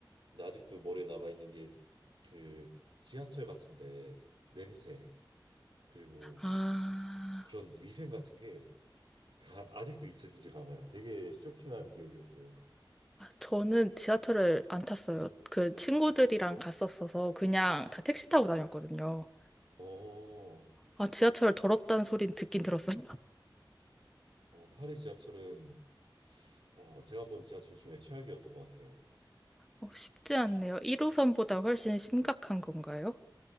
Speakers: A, on the right; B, in the centre.
A: 근데 아직도 머리에 남아있는 게 그 지하철 같은데 냄새 그리고
B: 아,
A: 그런 위생 같은 게 <laughs> 아직도 잊혀지지가 않아요. 되게 쇼킹한 기억이었어요.
B: 아, 저는 지하철을 안 탔어요. 그 친구들이랑 갔었어서 그냥 다 택시 타고 다녔거든요.
A: 어,
B: 아, 지하철 더럽다는 소린 듣긴 들었어요. <laughs>
A: 어 파리 지하철은 어, 제가 본 지하철 중에 최악이었던 것 같아요.
B: 어, 쉽지 않네요. 1호선보다 훨씬 심각한 건가요?